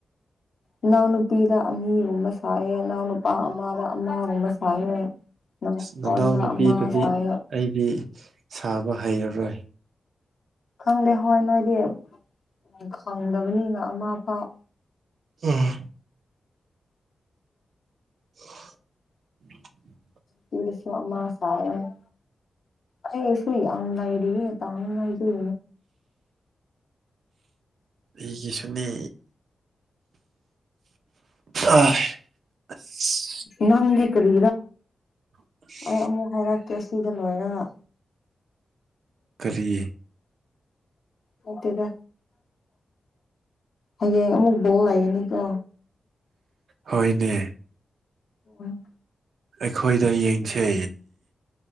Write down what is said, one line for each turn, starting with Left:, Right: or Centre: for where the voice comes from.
Left: ꯏꯅꯥꯎ ꯅꯨꯄꯤꯒ ꯑꯅꯤꯒꯨꯝꯕ ꯁꯥꯏꯌꯦ ꯏꯅꯥꯎ ꯅꯨꯄꯥ ꯑꯃꯒ ꯑꯃꯒꯨꯝꯕ ꯁꯥꯏꯌꯦ ꯅꯉꯣꯟꯗ
Right: ꯅꯅꯥꯎ ꯅꯨꯄꯤꯗꯗꯤ
Left: ꯑꯃ ꯁꯥꯏꯌꯦ
Right: ꯑꯩꯗꯤ ꯁꯥꯕ ꯍꯩꯔꯔꯣꯏ꯫
Left: ꯈꯪꯗꯦ ꯍꯣꯏ ꯅꯣꯏꯗꯤ ꯎ ꯈꯪꯗꯕꯅꯤꯅ ꯑꯃ ꯐꯥꯎ
Right: ꯑꯦ <unintelligible>
Left: ꯁꯤꯗꯁꯨ ꯑꯃꯥ ꯁꯥꯏꯌꯦ ꯑꯩꯁꯨꯨ ꯌꯥꯝꯔꯤꯌꯦ ꯇꯥꯎꯅꯉꯥꯏꯒꯤ
Right: ꯑꯩꯒꯤꯁꯨꯅꯦ ꯑ <inaudible> ꯑꯁ
Left: ꯅꯪꯗꯤ ꯀꯔꯤꯔ
Right: ꯑ <inaudible>
Left: ꯑꯩ ꯑꯃꯨꯛ ꯍꯥꯏꯔꯛꯀꯦ ꯁꯤꯗ ꯂꯣꯏꯔꯒ꯫
Right: ꯀꯔꯤ
Left: ꯅꯠꯇꯦꯗ ꯍꯌꯦꯡ ꯑꯃꯨꯛ ꯕꯣꯜ ꯂꯩꯒꯅꯤꯀꯣ
Right: ꯍꯣꯏꯅꯦ
Left: ꯑꯝ
Right: ꯑꯩꯈꯣꯏꯗ ꯌꯦꯡꯁꯦ꯫